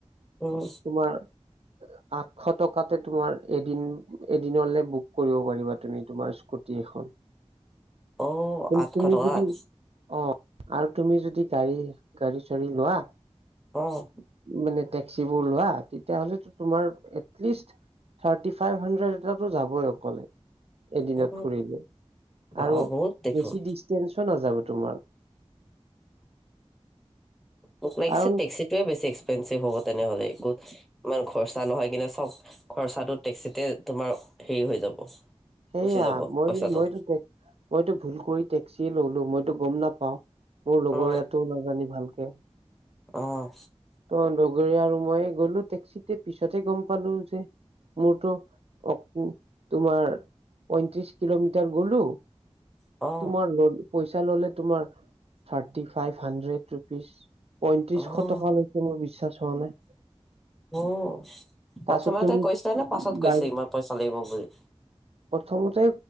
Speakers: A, in the centre; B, on the right (about 65°).
A: উম।
B: তোমাৰ আঠশ টকাতে তোমাৰ এদিন, এদিনলে বুক কৰিব পাৰিবা তুমি তোমাৰ কুটি এখন,
A: অ
B: কিন্তু
A: আঠশ
B: তুমি
A: টকাত
B: যদি অ', আৰু তুমি যদি গাড়ী, গাড়ী চাড়ী লোৱা
A: অ'।
B: মানে টেক্সিবোৰ লোৱা, তেতিয়াহ'লে টো তোমাৰ এটলিষ্ট থাৰ্টি ফাইভ হাণ্ড্ৰেড এটাতো যাবই অকলে। এদিনত
A: অ
B: ফুৰিলে
A: বা
B: আৰু
A: বহুত দেখোন
B: বেছি দি <unintelligible> নাযাব তোমাৰ।
A: মোক লাগিছে
B: কাৰণ
A: টেক্সিটোৱে বেছি এক্সপেঞ্চিভ হ'ব তেনেহ'লে একো ইমান খৰচা নহয় কিনে চব খৰচাটো টেক্সিতে তোমাৰ হেৰি হৈ যাব
B: সেইয়া
A: গুচি যাব
B: মই
A: পইচাটো
B: মইতো টে মইতো ভুল কৰি টেক্সিয়ে ললো। মইতো গম নাপাওঁ মোৰ লগৰীয়াটোয়েও
A: অ
B: নাজানে ভালকে। <inaudible>
A: অ
B: ত' লগৰীয়া আৰু মই গ'লো টেক্সিতে পিছত হে গম পালো যে মোৰটো অক, তোমাৰ পয়ত্ৰিশ কিলোমিটাৰ গ'লো
A: অ',
B: তোমাৰ ল পইচা ল'লে তোমাৰ থাৰ্টি ফাইভ হানড্ৰেড ৰুপিজ। পয়ত্ৰিশ
A: অ',
B: টকা লৈ মোৰ বিশ্বাস হোৱা নাই।
A: অ',
B: তাৰপিছত
A: প্ৰথমতে
B: তুমি
A: কৈছে নে পাছত
B: বাই
A: কৈছে ইমান পইচা লাগিব বুলি?
B: প্ৰথমতে,